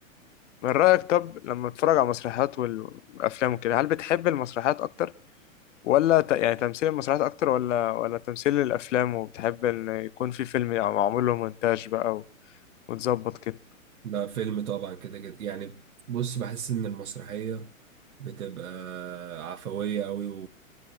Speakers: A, on the left; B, on the right.
A: من رأيك طب لما تتفرج على المسرحيات وال- والافلام وكده هل بتحب المسرحيات اكتر ولا ت... يعني تمثيل المسرحيات اكتر ولا ولا تمثيل الافلام وبتحب ان يكون في فيلم معمول له مونتاج بقى و- وتظبط كده
B: ده فيلم طبعا كده كده يعني بص بحس ان المسرحية بتبقى عفوية قوي